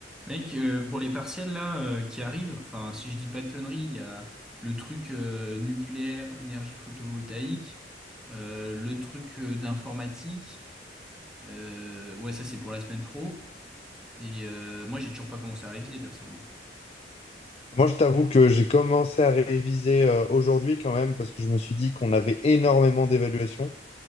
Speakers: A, in the centre; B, on the left (about 35°).
A: Mec, euh, pour les partiels là euh, qui arrivent, enfin si je dis pas de conneries, il y a le truc euh, nucléaire, énergie photovoltaïque, euh, le truc euh, d'informatique. euh, ouais, ça c'est pour la semaine pro. Et euh, moi j'ai toujours pas commencé à réviser perso.
B: Moi, je t'avoue que j'ai commencé à réviser euh, aujourd'hui quand même parce que je me suis dit qu'on avait énormément d'évaluations.